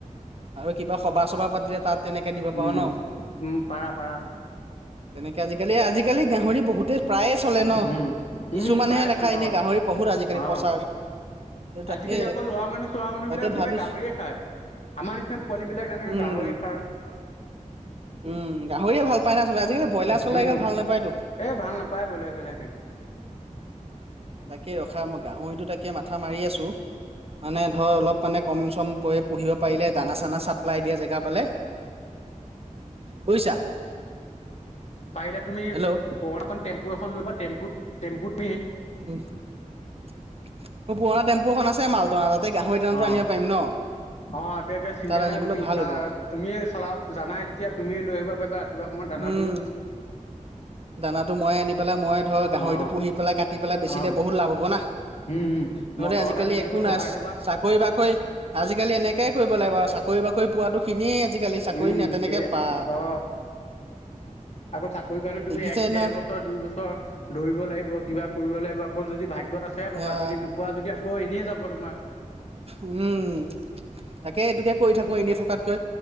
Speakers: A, on the right; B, on the left.
A: আৰু কিবা সভা চভা পাতিলে তাত তেনেকে দিব পাৰো
B: উম,
A: ন
B: উম, পাৰা পাৰা
A: তেনেকে আজিকালি আজিকালি গাহৰি বহুতেই প্ৰায়ে চলে ন
B: উম, উম,
A: কিছুমানহে
B: প্ৰাইচ
A: নেখায়
B: হ'ল
A: এনেই
B: অ',
A: গাহৰি পহুত আজিকালি
B: অ',
A: প্ৰচাৰ সেই তাকে
B: আজিকালি আকৌ লৰা মানুহ চৰা মানুহ
A: তাকে
B: বিলাক
A: ভাবিছো
B: চবে গাহৰিয়ে খায় আমাৰ পোৱালি বিলাক যেনেকে
A: উম
B: গাহৰি খাই
A: উম গাহৰিয়ে ভাল পায় না চবে আজিকালি ব্ৰইলাৰ চলাই
B: উম,
A: গৈ ভাল নাপায়তো
B: এ ভাল নাপায় ব্ৰইলাৰ চইলাৰ খাই।
A: তাকে ৰখা ম গাহৰিটো তাকে মাথা মাৰি আছোঁ মানে ধৰ অলপ মানে কম চম পৰি পুহিব পাৰিলে দানা চানা চাপ্লাই দিয়া জেগা পালে বুইছা?
B: পাৰিলে তুমি
A: হেল্ল'
B: পুৰণা এখন টেম্পু এখন ল'বা, টেম্পুত-টেম্পুত
A: উম, মোৰ পুৰণা টেম্পুখন আছে মালটনা তাতে গাহ সংয়দানটো
B: অ',
A: আনিব পাৰিম ন
B: অ এ এতিয়া চিন্তা
A: তাত আনিবলৈ
B: নাই তুমি
A: ভাল হ'ব
B: তুমি চলাও জানাই যেতিয়া তুমি লৈ আহিব পাৰিবা ৰাতিপুৱা সময়ত দানাটো
A: উম দানাটো ময় আনি পেলাই মই ধৰ গাহৰিতটো
B: অ
A: পুহি পেলাই, কাটি পেলাই বেচিলে
B: অ
A: বহুত লাভ হ'ব না।
B: উম উম
A: নহ'লে
B: মটৰ
A: আজিকালি
B: এটা ধুনীয়াকৈ
A: একো নাই।
B: বহাই ল'বা
A: চাকৰি-বাকৰি আজিকালি এনেক তে কৰিব লাগে ব আৰু চাকৰি বাকৰি পোৱাো খিনিয়ে আজিকালি চাকৰি
B: উম
A: নে তেনেকে
B: সেই
A: পা
B: অ আকৌ চাকৰি কাৰণে তুমি
A: দেখিছে
B: এক
A: ন
B: দেৰ বছৰ দুই বছৰ ধৰিব লাগিব কিবা কৰিব লাগিব আকৌ যদি ভাগ্যত আছেহে পাবা
A: আহ
B: যদি নোপোৱা যদি আকৌ এনেই যাব তোমাৰ
A: উম তাকে এইটোকে কৰি থাকো এনেই থকাতকৈ